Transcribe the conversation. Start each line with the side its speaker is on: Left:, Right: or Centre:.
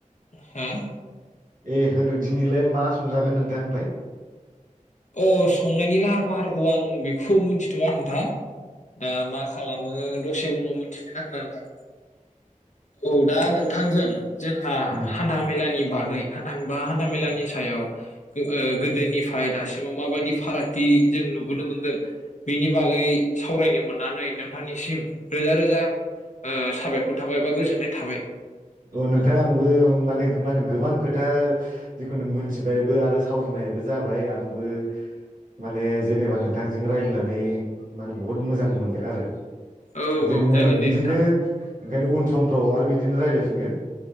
Left: हा।
Right: ए होदों दिनैलाय मा संजागोन नोंथां ओमफ्राय।
Left: अ संनायनि लाहार फाहार औ आं बेखौ मिनथि थआ हा दा मा खालामो दसे उनाव मोन मिथिगोन आरोना नोंथां औ दा नोंथांजों जोंहा
Right: ओ
Left: हान्था मेलानि बागै हान्था बा हान्थामेलानि सायाव ओ गोदोनिफ्राय दासिमाव माबायदि फारागथि जों नुबोनो मोनदों बेनि बागै सावरायनो मोननानै नोंथांनिसिम रोजा रोजा ओ साबायखर थाबाय बा गोजोननाय थाबाय
Right: ओ नोंथां आंबो माने माने गोबां खोथा जिकुनो मोनथिबायबो आरो सावरायनायबो जाबाय आंबो माने जेनेबा नोंथांजों रायजलायनानै माने बहुत मोजां मोनदों आरो
Left: औ
Right: जोङो
Left: औ जागोन दे
Right: बिदिनो
Left: नोंथां
Right: ओंखायनो उन समफ्राव आरो बिदि जोंडो रायलायफिन फिनगोन